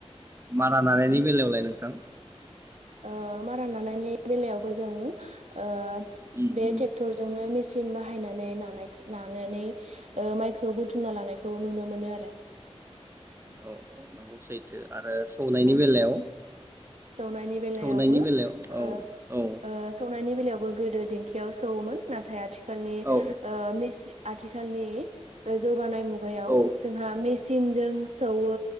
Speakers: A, on the right (about 25°); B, on the right (about 80°).
A: मारा नानायनि बेलायावलाय नोंथां।
B: ओ मारा नानायनि बेलायावबो जों ओ
A: उम
B: बे
A: उम
B: ट्रेक्टरजोंनो मेस सन बाहायनानै नानायखो नानानै ओ माइखौ बुथुमना लानायखौ नुनो मोनो आरो।
A: औ औ नंगौ सैथो आरो सौनायनि
B: औ
A: बेलायाव
B: सौनायनि बेलायावबो
A: सौनायनि बेलायाव औ
B: ओ
A: औ
B: ओ सौनायनि बेलायाव गोदो दिंखियाव सौवोमोन नाथाय आथिखाल आथिखालनि
A: औ
B: ओ मिसि आथिखालनि जौगानाय मुगा याव
A: औ
B: जोंहा मेसिन जों सौवो